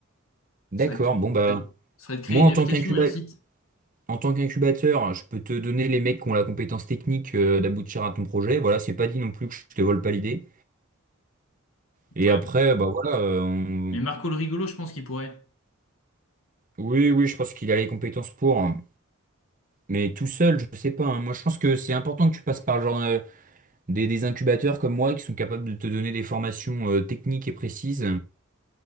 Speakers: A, on the right; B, on the left.
A: D'accord,
B: Ça serait de créer,
A: bon bah
B: ça serait de créer
A: moi
B: une
A: en
B: application
A: tant qu'incuba-
B: et un site.
A: en tant qu'incubateur, je peux te donner les mecs qui ont la compétence technique euh, d'aboutir à ton projet. Voilà, c'est pas dit non plus que je te vole pas l'idée. Et
B: Ouais.
A: après, bah voilà, euh, on-
B: Mais Marco le rigolo, je pense qu'il pourrait.
A: oui, oui, je pense qu'il a les compétences pour. hein. Mais tout seul, je sais pas. hein. Moi, je pense que c'est important que tu passes par le genre euh, des, des incubateurs comme moi qui sont capables de te donner des formations euh, techniques et précises,